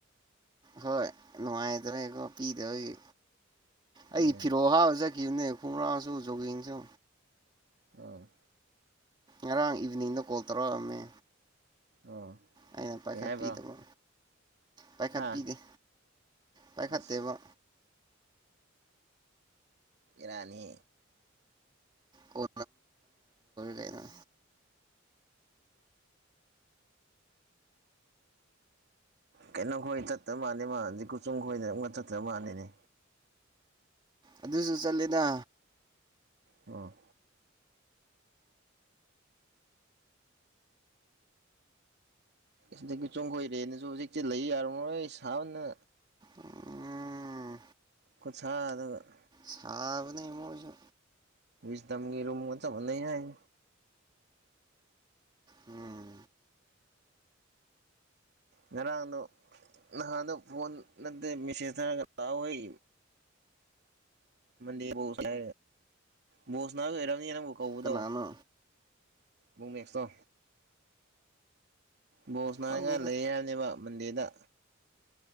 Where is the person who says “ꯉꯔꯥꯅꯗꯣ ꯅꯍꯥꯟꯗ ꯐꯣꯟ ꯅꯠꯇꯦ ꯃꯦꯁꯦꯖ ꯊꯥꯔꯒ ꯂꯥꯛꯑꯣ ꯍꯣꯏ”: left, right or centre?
Right